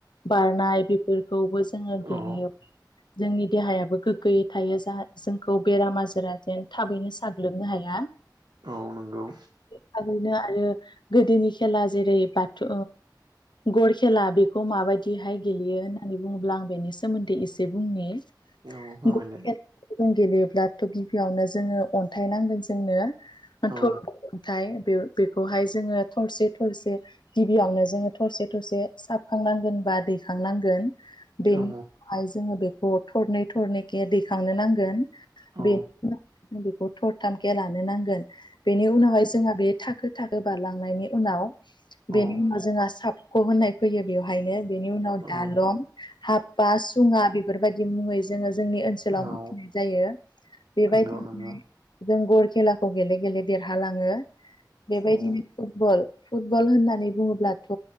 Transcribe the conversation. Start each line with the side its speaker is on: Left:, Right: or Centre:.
Left: बारनाय बेफोरखौबो जोङो गेलेयो।
Right: औ
Left: जोंनि देहायाबो गोग्गोयै थायो जाहा जोंखौ बेराम आजारा जेन थाबैनो साग्लोबनो हाया।
Right: औ नंगौ।
Left: थारैनो आरो गोदोनि खेला जेरै बाथ' गर खेला बेखौ माबायदिहाय गेलेयो होनना नानै बुङोब्ला आं बेनि सोमोन्दै एसे बुंनि
Right: औ फोरमायलाय
Left: <unintelligible> बेखौ जों गेलेयोब्लाथ' गिबियावनो जोङो अन्थाइ नांगोन जोंनो। <unintelligible>
Right: औ
Left: अन्थाय बे बेखौहाय जोङो थरसे थरसे गिबियावनो जोङो थरसे थरसे साबखांनांगोन बा दैखांनांगोन। बेनि
Right: औ
Left: उनावहाय जोङो बेखौ थरनै थरनैखे दैखांनो नांगोन।
Right: औ
Left: बे <inaudible> थरथामखे लानो नांगोन बेनि बेनि उनावहाय जो जोंहा बे थाखो थाखो बारलांनायनि उनाव बेनि
Right: औ
Left: उनाव जोंहा साबख' होननाय फैयो बेवहायनो बेनि उनाव दालं
Right: औ
Left: हापा सुङा बेफोरबायदि मुङै जोङो जोंनि ओनसोलाव
Right: औ
Left: मिथिनाय जायो बेबायदि
Right: नंगौ नंगौ
Left: जों गर खेलाखौ गेले गेले देरहालाङो बेबायदिनो
Right: औ
Left: फुटबल फुटबल होननानै बुङोब्लाथ'